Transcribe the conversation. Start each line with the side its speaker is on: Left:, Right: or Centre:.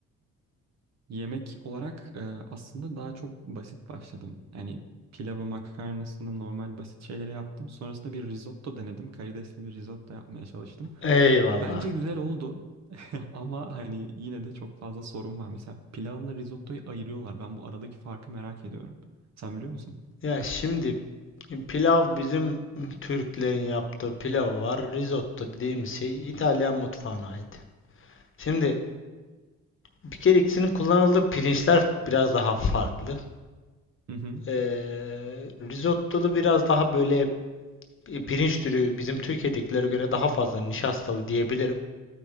Right: yemek olarak e, aslında daha çok basit başladım. Yani pilavı, makarnasını, normal basit şeyleri yaptım. Sonrasında bir risotto denedim. Karidesli bir risotto yapmaya çalıştım.
Left: Eyvallah.
Right: Bence güzel oldu <laughs> ama hani yine de çok fazla sorun var. Mesela pilavla risottoyu ayırıyorlar. Ben bu aradaki farkı merak ediyorum. Sen biliyor musun?
Left: Ya şimdi pilav bizim Türklerin yaptığı pilav var. Risotto dediğim şey İtalyan mutfağına ait. Şimdi bir kere ikisinin kullanıldığı pirinçler biraz daha farklı.
Right: Hı hı.
Left: Ee, risotto'da biraz daha böyle e, pirinç türü bizim Türkiye'dekilere göre daha fazla nişastalı diyebilirim.